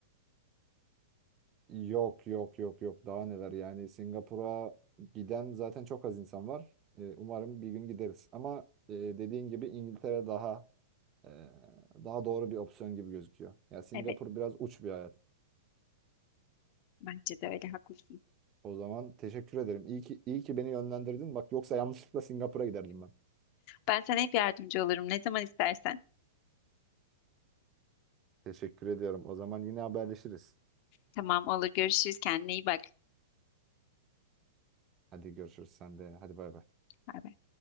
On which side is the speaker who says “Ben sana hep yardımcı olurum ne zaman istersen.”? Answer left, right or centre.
Left